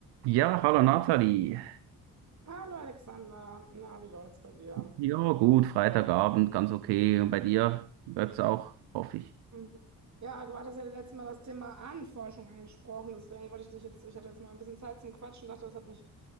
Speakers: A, on the right; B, on the right.
A: Ja, hallo Nathalie.
B: Hallo Alexander, na, wie läuft's bei dir?
A: Ja, gut, Freitagabend, ganz okay. Und bei dir läuft's auch, hoffe ich.
B: Mhm. Ja, du hattest ja letztes Mal das Thema Ahnenforschung angesprochen, deswegen wollte ich dich jetzt, ich hatte jetzt mal ein bisschen Zeit zum Quatschen, dachte, das hat mich